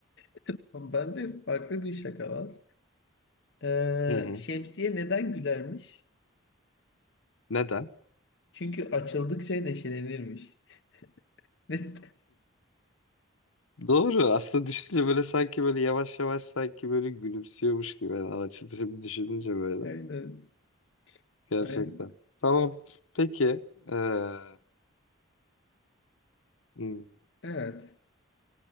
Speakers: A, on the left; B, on the left.
A: <laughs> bende farklı bir şaka var. Ee,
B: Hı hı.
A: şemsiye neden gülermiş?
B: Neden?
A: Çünkü açıldıkça neşelenirmiş. <laughs> Neden?
B: Doğru. Aslında düşününce böyle sanki böyle yavaş yavaş sanki böyle gülümsüyormuş gibi. Yani açılışı bir düşününce böyle.
A: Aynen.
B: Gerçekten.
A: Aynen.
B: Tamam. Peki. Ee, hmm,
A: Evet.